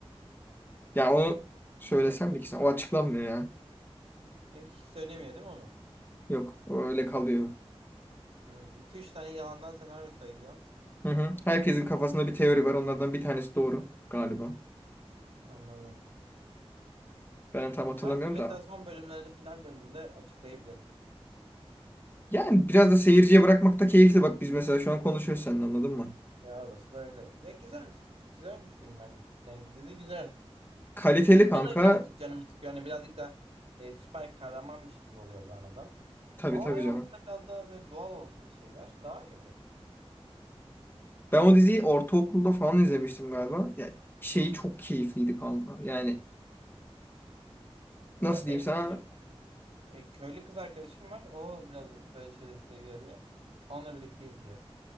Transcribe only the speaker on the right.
E, Hiç söylemiyor değil mi onu?
Hmm, 2-3 tane yalandan senaryo sayıyor.
Anladım.
Bence mesela
son bölümlerde final bölümünde açıklayabilirdi.
Ya orası da öyle. Ya güzel. Güzel bir film bence. Yani dizi güzel.
Olay
birazcık canımı sıkıyor. Yani birazcık da e, süper kahramanmış gibi oluyor o zaman adam.
Ama
olay
olmasa biraz daha böyle doğal olsa bir şeyler daha iyi olur.
Ya
benim
bir tane e, köylü kız arkadaşım var. O biraz böyle şeyleri seviyor diye. Onunla birlikte izliyoruz.